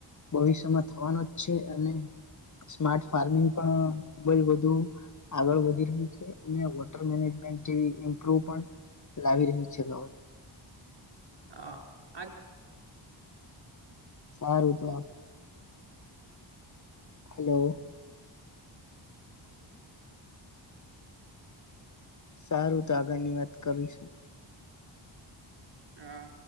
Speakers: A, on the left (about 40°); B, on the right (about 60°).
A: ભવિષ્યમાં થવાનો જ છે અને સ્માર્ટ ફાર્મિંગ પણ ખુબ જ બધું આગળ વધી રહી છે અને વોટર મેનેજમેન્ટ જેવી એ પૂરૂં પણ લાવી ર્યું છે ગવ
B: હા આ
A: સારું તો આપ. હલો. સારું તો આગળની વાત કરીશું.
B: આ.